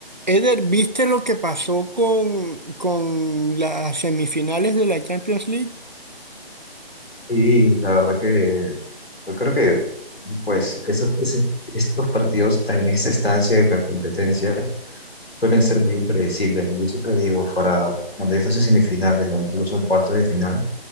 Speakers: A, on the right; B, on the left.
A: Eder, ¿viste lo que pasó con, con las semifinales de la Champions League?
B: Sí, la verdad que yo creo que pues esos, ese- estos partidos en esta estancia de la competencia suelen ser bien predecibles, ¿no? Yo siempre digo, para cuando ya se hacen semifinales o incluso en cuartos de final,